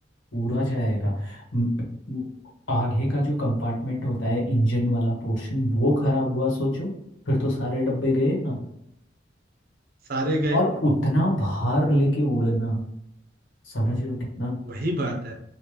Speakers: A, on the left (about 80°); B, on the right (about 50°).
A: पूरा जाएगा म- म- आगे का जो कंपार्टमेंट होता है इंजन वाला पोर्शन वो खराब हुआ सोचो फिर तो सारे डब्बे गए ना
B: सारे गए
A: और उतना भार लेके उड़ना समझ रहे हो कितना
B: वही बात है